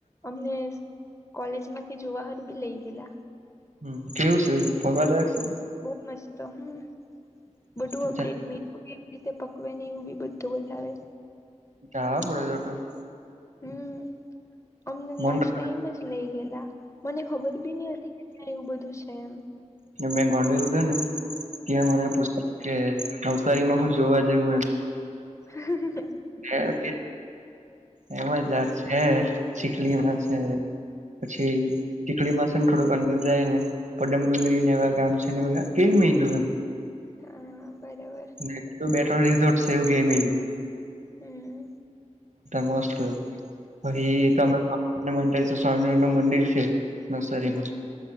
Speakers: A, on the left; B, on the right.
A: અમને કોલેજ માથી જુવા હારુ બી લઈ ગેલા.
B: હમ કેવું છે ફરવાલાયક રાશે.
A: બહુ મસ્ત હમ બધું
B: છે
A: અપડેટ મે થું કે રીતે પકવે નને એવું બી બધું બતાવે.
B: જાવા પડે છેટ.
A: હમ અમને
B: મન
A: લાસ્ટ ટાઈમ જ લઇ ગયેલા મને ખબર બી નીહતી. એવું બધું છે એમ.
B: મેં ગોંડેલું છે ને ત્યાં
A: હમ
B: મને પૂછતા કે નવસારીમાં હું જોવા જેવું એમ
A: હ.
B: <unintelligible> એમાંત છે ચીખલીમાં
A: હા
B: છે. પછી ચીખડી માં છે ને થોડુંક અંદર જાય ને. પડમ ડુંગરીને એવા ગામ છે કઈ લ્યું એમ.
A: હા બરાબર.
B: એટુ બે <unintelligible> સેવ કરી મ.
A: હમ
B: મસ્ત પછ
A: હમ
B: તમે સ્વામ મતા સ્વામિનારાયણ નું મંદિર છે. નવસરીમાં
A: હમ